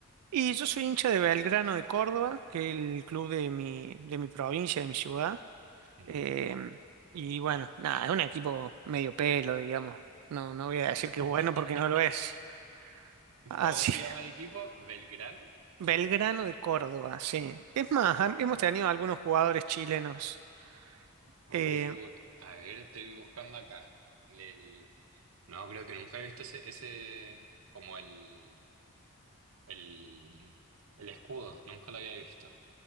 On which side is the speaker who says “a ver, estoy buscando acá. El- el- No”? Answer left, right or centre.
Right